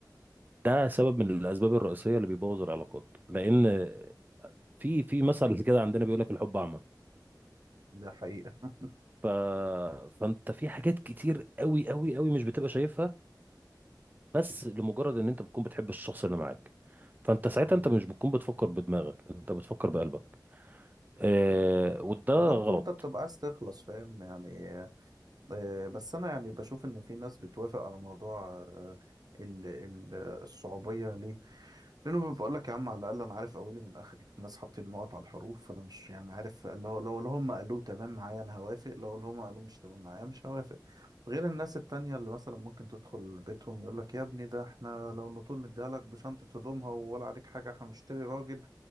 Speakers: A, on the right (about 25°); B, on the right (about 55°).
A: ده سبب من الاسباب الرئيسية اللي بيبوظ العلاقات لان
B: مم.
A: في في مثل كده عندنا بيقول لك الحب اعمى
B: ده حقيقة
A: ف... فانت في حاجات كتير قوي قوي قوي مش بتبقى شايفها بس لمجرد ان انت بتكون بتحب الشخص اللي معاك فانت ساعتها
B: مم.
A: انت مش بتكون بتفكر بدماغك انت بتفكر بقلبك آه وده
B: وبرضه
A: غلط
B: أنت بتبقى عايز تخلص فاهم يعني آه، بس انا يعني بشوف ان في ناس بتوافق على موضوع آه، ال- ال- الصعوبيه ليه لانه بيقول لك يا عم على الاقل انا عارف اولي من اخري الناس حاطين نقط على الحروف فانا مش يعني عارف لو لو اللي هم قالوه تمام معايا انا هوافق لو اللي هم قالوه مش تمام معايا مش هوافق غير الناس التانية اللي مثلا ممكن تدخل بيتهم يقول لك يا ابني ده احنا لو نطول نديها لك بشنطه هدومها ولا عليك حاجه احنا بنشتري راجل